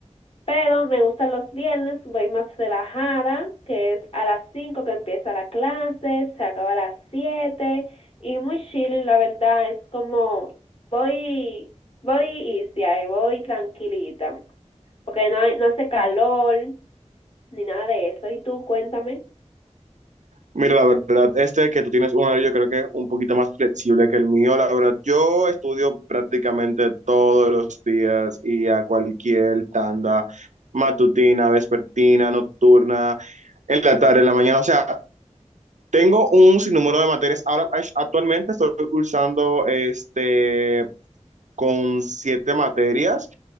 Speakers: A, on the left; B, on the right.
A: Pero me gustan los viernes, voy más relajada, que es a las 5 que empieza la clase, se acaba a las 7 y muy chilling, la verdad, es como voy, voy easy ahí, voy tranquilita, porque no, hay- no hace calor ni nada de eso. Y tú, cuéntame.
B: Mira, la verdad, este que tú tienes un horario, yo creo que un poquito más flexible que el mío. La verdad, yo estudio prácticamente todos los días y a cualquier tanda matutina, vespertina, nocturna, en la tarde, en la mañana. O sea, Tengo un sinnúmero de materias. Ahora, actualmente estoy cursando este, con siete materias.